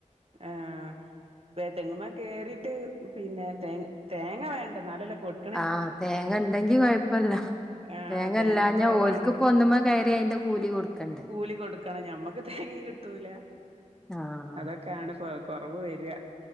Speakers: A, on the right; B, in the centre.
A: ആഹ് വേ തെങ്ങുമേ കേറിയിട്ട് പിന്നെ തേ തേങ്ങ വേണ്ടെ എന്നാലല്ലെ കൊടു
B: ആഹ് തേങ്ങ ഉണ്ടെങ്കി കുഴപ്പല്ല
A: ആഹ്
B: തേങ്ങല്ലാ
A: തേങ്ങ കൊറവാണ്
B: ഞാ ഓലക്ക്പ്പ ഒന്ന്പ കയറി അതിന്റെ കൂലി കൊടുക്കണ്ടെ
A: കൂലി കൊടുക്കണം ഞമ്മക്ക് തേങ്ങ കിട്ടൂല
B: ആഹ്
A: അതൊക്കെയാണ് ഇപ്പ കൊറവ് വരിക